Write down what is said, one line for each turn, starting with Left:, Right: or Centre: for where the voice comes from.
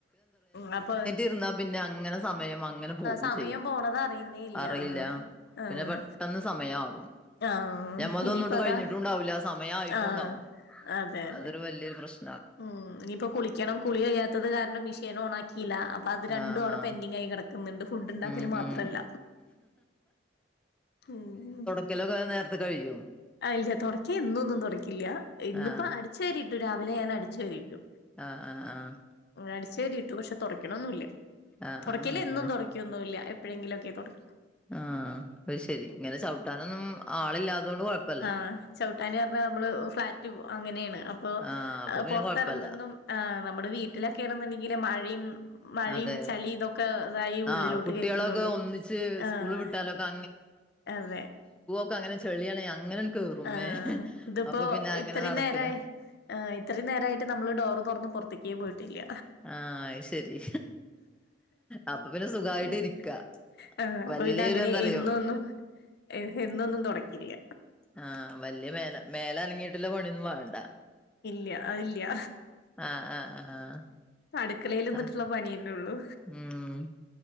Left: ഉം അപ്പോ
Centre: ഇര്ന്ന പിന്നെ അങ്ങനെ സമയം അങ്ങനെ പോകും
Left: സമയം
Centre: ചെയ്യും.
Left: പോണത് അറിയുന്നേ ഇല്ല
Centre: അറിയില്ല
Left: ആഹ് ആഹ്
Centre: പിന്നെ പെട്ടന്ന് സമയം ആകും.
Left: ആഹ്
Centre: ഞമ്മൾതൊന്നുംട്ടു
Left: ഇനിയിപ്പ അതാ
Centre: കഴിഞ്ഞിട്ടുംണ്ടാവൂല സമയം ആയിട്ടുംണ്ടാവും.
Left: ആഹ് അതെ അതെ
Centre: അതൊരു വല്ല്യ ഒരു പ്രശ്
Left: ഉം ഇനിയിപ്പോ കുളിക്കണം. കുളി കഴിയാത്തത് കാരണം മിഷീൻ ഓൺ ആക്കിയില്ല. അപ്പോ അത് രണ്ടും
Centre: ആഹ്
Left: അവിടെ
Centre: ആഹ്
Left: പെൻഡിങ് ആയി കെട ക്കം ന്ന്ണ്ട് ഫുഡ്ണ്ടാക്കല്
Centre: ഉം
Left: മാത്രല്ല
Centre: ഉം
Left: ഉം.
Centre: ക്കലൊക്കെ നേർത്തെ കഴിയും.
Left: ആഹ് ഇല്ല്യ തൊട്ക്ക്യെ എന്നു ഒന്നും തൊടക്കില്ല്യ ഇന്ന്പ്പ
Centre: ആഹ്
Left: അട്ച്ചേരിട്ടു രാവിലെ ഞാൻ അട്ച്ചേരിയിട്ടു.
Centre: ആഹ് ആഹ് ആഹ്.
Left: ഉം അട്ച്ചേരിട്ടു പക്ഷെ തൊട്ക്ക്യണൊന്നുല്ല
Centre: ആഹ്
Left: തൊടക്ക്യല്
Centre: ആഹ് അങ്ങനെ
Left: എന്നും തൊട ക്ക്യൊന്നുല്ല്യ എപ്പഴെങ്കിലൊക്കെ തൊട്
Centre: ആഹ് അത് ശരി ഇങ്ങനെ ചവിട്ടാനൊന്നും ആളില്ലാതോണ്ട് കൊഴപ്പല്ല.
Left: ആഹ് ചവിട്ടാന് അർഞ്ഞ മ്മള് ഫ്ളാറ്റ് അങ്ങനെണ് അപ്പോ
Centre: ആഹ് അപ്പൊ
Left: അ
Centre: പിന്നെ
Left: പൊർത്തെർങ്ങ്ന്നും.
Centre: കൊഴപ്പല്ല
Left: ആഹ് നമ്മടെ വീട്ടിലൊക്കെണ്ന്ന്ണ്ടെങ്കില് മഴിം മഴിം
Centre: അതെ
Left: ചളി തൊ ക്കെ തായി ഉള്ളിലോട്ട്
Centre: ആഹ് കുട്ടികളൊക്കെ
Left: കേറ്റുന്നൊള്ളൂ
Centre: ഒന്നിച്ച്
Left: ആഹ്.
Centre: സ്കൂള് വിട്ടാലൊക്കെ
Left: അതെ
Centre: പ്പ അങ്ങനെ ചളിയാണേ അങ്ങനൺ കേറും
Left: ആഹ്
Centre: ഏ
Left: ഇതിപ്പോ
Centre: അപ്പൊ പിന്നെ അങ്ങനെ
Left: ഇത്രയും
Centre: നടക്കല.
Left: നേരായി ആഹ് ഇത്രേം നേരായിട്ട് നമ്മള് ഡോറ് തൊർന്ന് പൊരത്ത്ക്കേ പോയിട്ടില്ല.
Centre: ആഹ് അത് ശരി അപ്പൊ പിന്നെ സുഖായിട്ട്
Left: ഉം
Centre: ഇരിക്കാ
Left: ഏഹ് അപ്പ
Centre: വല്യൊരു
Left: പിന്നെ അങ്ങനെ
Centre: എന്താറിയോ
Left: എന്നും ഒന്നും എ എന്നും ഒന്നും തൊടക്കില്ല.
Centre: ആഹ് വല്ല്യ മേല മേലനങ്ങീട്ട്ള്ള പണിയൊന്നും വണ്ട.
Left: ഇല്ല്യ അഇല്ല്യ.
Centre: ആഹ് ആഹ് ആഹ്
Left: അട്ക്കളേല് ന്നിട്ട്ള്ള
Centre: ആഹ്
Left: പണിയെന്നെള്ളൂ.
Centre: ഉം